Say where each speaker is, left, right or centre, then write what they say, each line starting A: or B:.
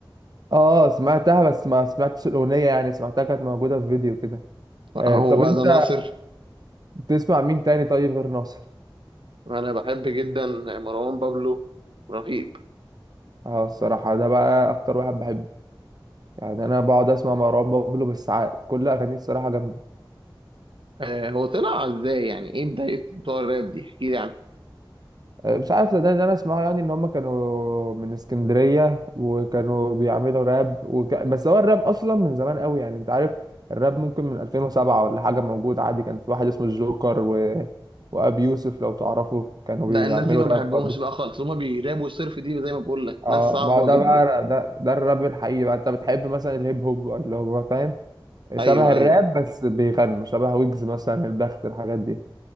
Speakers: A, on the right (about 50°); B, on the right (about 75°).
A: اه سمعتها بس ما سمعتش الاغنيه يعني سمعتها كانت موجوده في فيديو كده آه،
B: هو
A: طب
B: بقى
A: انت
B: ده ناصر
A: تسمع مين تاني طيب غير ناصر
B: انا بحب جدا مروان بابلو رهيب
A: اه الصراحة ده بقى أكتر واحد بحبه يعني أنا بقعد أسمع مروان بابلو بالساعات كل أغانيه الصراحة جامدة
B: آه، هو طلع ازاي يعني ايه بدايه بتوع الراب دي احكي لي
A: آه، مش عارف ده ده أنا أسمعه يعني إن هما كانوا من اسكندرية وكانوا بيعملوا راب وك... بس هو الراب أصلا من زمان قوي يعني أنت عارف الراب ممكن من 2007 ولا حاجة موجود عادي كان في واحد اسمه الجوكر و... وأبي يوسف لو تعرفه كانوا
B: لا
A: بيعملوا
B: الناس دي ما
A: راب
B: بحبهمش
A: برضه
B: بقى خالص هما بيرابوا الصرف دي زي ما بقول لك
A: اه
B: ناس صعبة
A: ما هو ده
B: جدا
A: بقى ده, ده الراب الحقيقي بقى أنت بتحب مثلا الهيب هوب اللي هو فاهم شبه
B: ايوه
A: الراب
B: ايوه
A: بس بيغنوا شبه ويجز مثلا البخت الحاجات دي